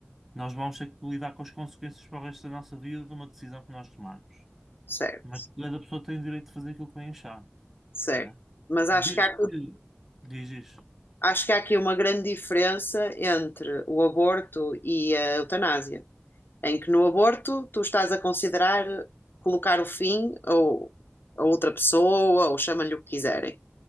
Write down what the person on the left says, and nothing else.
certo,
certo.
Mas acho
que há, aqui-
acho que há aqui uma grande diferença entre o aborto e a eutanásia, em que no aborto tu estás a considerar colocar o fim ou a outra pessoa, ou chama-lhe o que quiserem.